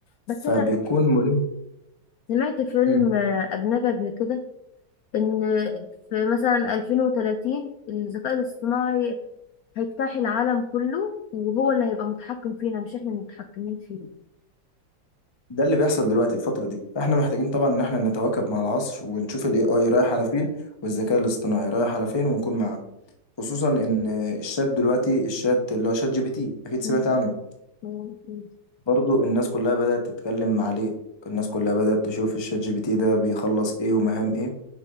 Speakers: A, on the left; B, on the left.
A: فبيكون
B: بس انا
A: ملم
B: سمعت فيلم
A: مم.
B: آه، اجنبي قبل كده ان في مثلا 2030 الذكاء الاصطناعي هيجتاح العالم كله وهو اللي هيبقى متحكم فينا مش احنا اللي متحكمين فيه
A: ده اللي بيحصل دلوقتي الفترة دي فاحنا محتاجين طبعا ان احنا نتواكب مع العصر ونشوف الاي
B: مم.
A: اي رايح على فين والذكاء الاصطناعي رايح على فين ونكون معاه خصوصا ان الشات دلوقتي الشات اللي هو شات جي بي تي اكيد سمعت
B: مم.
A: عنه
B: مم. مم.
A: برضو الناس كلها بدأت تتكلم عليه الناس كلها بدأت تشوف الشات جي بي تي ده بيخلص ايه ومهام ايه